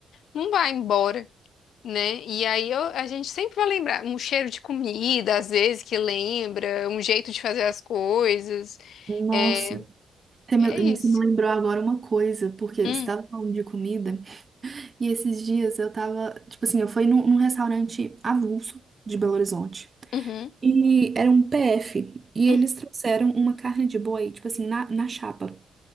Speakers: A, on the left; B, on the right.
A: não vai embora, né? E aí eu- a gente sempre vai lembrar um cheiro de comida, às vezes, que lembra, um jeito de fazer as coisas.
B: Nossa,
A: É,
B: você me,
A: é isso.
B: você me lembrou agora uma coisa, porque
A: Hum,
B: você estava falando de comida, e esses dias eu tava, tipo assim, eu fui num, num restaurante avulso de Belo Horizonte.
A: uhum,
B: E era um PF. E
A: uhum,
B: eles trouxeram uma carne de boi, tipo assim, na, na chapa.